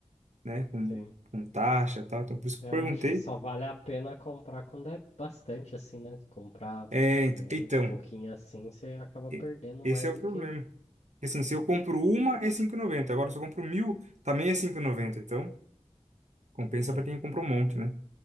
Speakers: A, on the right; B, on the left.
A: né, com,
B: Sim.
A: com taxa e tal? Então, por isso que
B: É,
A: eu perguntei.
B: acho que só vale a pena comprar quando é bastante assim, né? Se Comprar
A: É, ent-
B: muito
A: então,
B: pouquinho assim, você acaba perdendo
A: e-
B: mais
A: esse é
B: do
A: o problema.
B: que
A: Assim, se eu compro uma, é cinco e noventa Agora, se eu compro mil, também é cinco e noventa Então, compensa
B: tem.
A: para quem comprou um monte, né?